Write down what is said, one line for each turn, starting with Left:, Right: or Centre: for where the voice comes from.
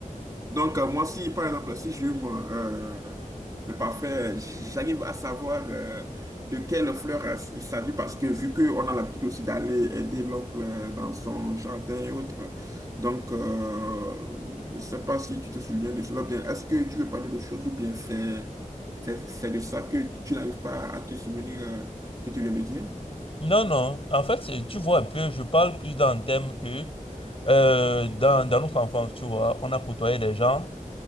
Right: Donc, euh, moi, si, par exemple, si j'hume euh, le parfum, j'arrive à savoir euh, de quelle fleur euh, il s'agit parce que vu qu'on a l'habitude aussi d'aller aider l'oncle euh, dans son jardin et autres, donc, euh, je ne sais pas si tu te souviens de cela, ou bien est-ce que tu veux parler de choses ou bien c'est c'est c'est de ça que tu n'arrives pas à te souvenir euh, que tu viens de dire?
Left: Non, non. En fait, c'est- tu vois un peu, je parle plus dans le thème que euh, dans, dans notre enfance, tu vois, on a côtoyé des gens